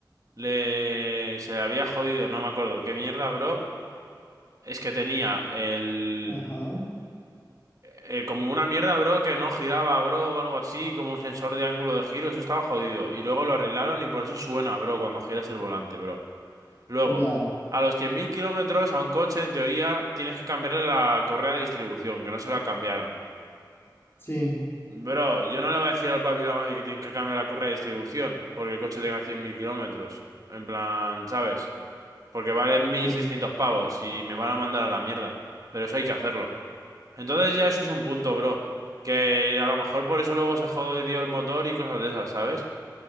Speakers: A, on the right; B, on the left.
A: le... se le había jodido, no me acuerdo. ¿Qué mierda, bro? Es que tenía el...
B: Ajá,
A: eh, como una mierda, bro, que no giraba, bro, o algo así, como un sensor de ángulo de giro. Eso estaba jodido. Y luego lo arreglaron y por eso suena, bro, cuando giras el volante, bro. Luego,
B: ya.
A: a los 100.000 kilómetros a un coche, en teoría, tienes que cambiarle la correa de distribución, que no se la cambiaron.
B: Sí,
A: Bro, yo no le voy a decir al papi y la mami que tienen que cambiar la correa de distribución porque el coche tenga 100.000 kilómetros. En plan, ¿sabes? Porque vale mil
B: sí,
A: seiscientos pavos y me van a mandar a la mierda. Pero eso hay que hacerlo. Entonces ya eso es un punto, bro. Que a lo mejor por eso luego se jodió el motor y cosas de esas, ¿sabes?